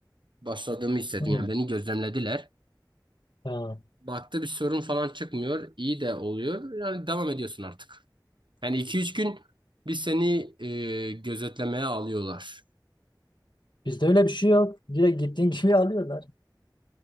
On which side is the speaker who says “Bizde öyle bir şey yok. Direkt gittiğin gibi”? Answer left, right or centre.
Left